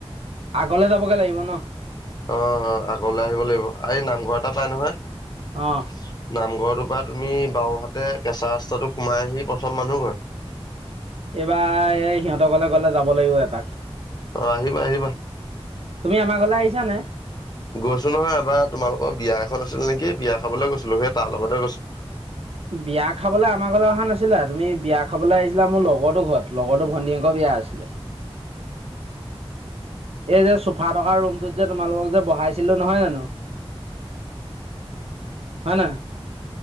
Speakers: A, on the right; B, on the left.
A: আগলে যাবগে লাগিব ন?
B: অ অ আগলৈ আহিব লাগিব এই নামঘৰ এটা পাই নহয়
A: অঁ
B: নামঘৰটোৰ পৰা তুমি বাওঁহাতে কেঁচা ৰাস্তাটো সোমাই আহি প্ৰথম মানুহ ঘৰ
A: এইবাৰ এই সিহঁতৰ কলে গলে যাব লাগিব এপাক
B: অ আহিবা আহিবা
A: তুমি আমাৰ ঘৰলে আহিছানে
B: গৈছো নহয় এবাৰ তোমালোকৰ বিয়া খন আছিল নেকি বিয়া খাবলৈ গৈছিলোঁ সেই তাৰ লগতে গৈছোঁ
A: বিয়া খাবলৈ আমাৰ ঘৰলৈ অহা নাছিলা তুমি বিয়া খাবলৈ আহিছিলা মোৰ লগৰো ঘৰত লগৰটোো ভন্টিকৰ বিয়া <unintelligible> আছিলে এই যে চোফা থকা ৰুমটোত যে, তোমালোকক যে বহাইছিলো, নহয় জানো?
B: স
A: হ ন